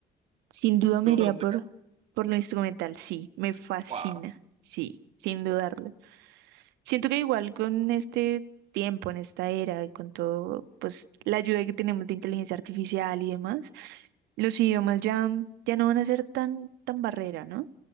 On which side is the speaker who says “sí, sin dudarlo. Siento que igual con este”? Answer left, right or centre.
Right